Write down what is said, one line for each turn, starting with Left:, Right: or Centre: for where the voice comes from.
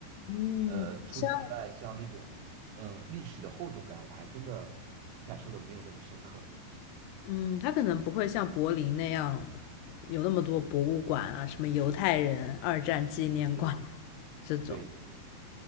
Left: 嗯，
Right: 呃，除此之外，
Left: 像
Right: 像那种嗯历史的厚重感，我还真的感受的没有那么深刻。
Left: 嗯，他可能不会像柏林那样有那么多博物馆啊，什么犹太人二战纪念馆啊
Right: 对对对
Left: 这种。
Right: 对，